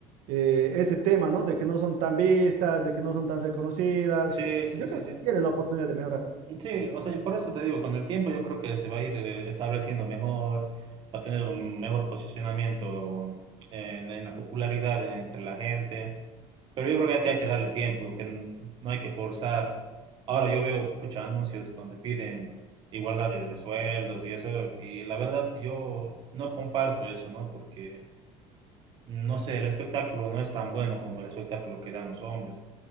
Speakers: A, on the right (about 70°); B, on the right (about 35°).
A: eh, ese tema, ¿no? De que no son tan vistas, de que no son tan reconocidas.
B: Sí, sí,
A: Yo
B: sí,
A: creo
B: sí.
A: que tienen la oportunidad de mejorar.
B: Sí, o sea, por esto te digo, con el tiempo yo creo que se va a ir eh, estableciendo mejor, va a tener un mejor posicionamiento en, en la popularidad entre la gente Pero yo creo que aquí hay que darle tiempo, que n- no hay que forzar. Ahora yo veo muchos anuncios donde piden igualdad de, de sueldos y eso, y la verdad yo no comparto eso, ¿no? Porque, no sé, el espectáculo no es tan bueno como el espectáculo que dan los hombres.